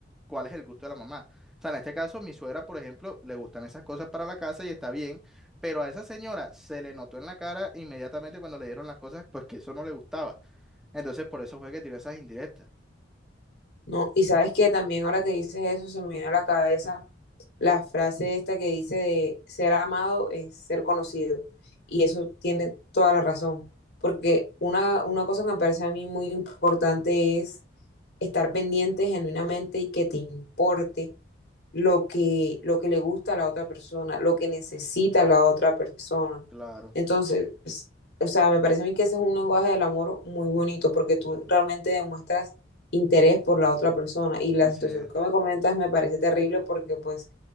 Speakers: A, in the centre; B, on the left.
A: cuál es el gusto de la mamá. O sea, en este caso, mi suegra, por ejemplo, le gustan esas cosas para la casa y está bien, pero a esa señora se le notó en la cara inmediatamente cuando le dieron las cosas, pues que eso no le gustaba. Entonces, por eso fue que tiró esas indirectas.
B: No, y sabes que también ahora que dices eso se me viene a la cabeza la frase esta que dice de ser amado es ser conocido. Y eso tiene toda la razón, porque una, una cosa que me parece a mí muy importante es estar pendiente genuinamente y que te importe lo que, lo que le gusta a la otra persona, lo que necesita la otra persona.
A: Claro,
B: Entonces, o sea, me parece a mí que ese es un lenguaje del amor muy bonito porque tú realmente demuestras interés por la otra persona y la
A: así
B: situación
A: es.
B: que me comentas me parece terrible porque pues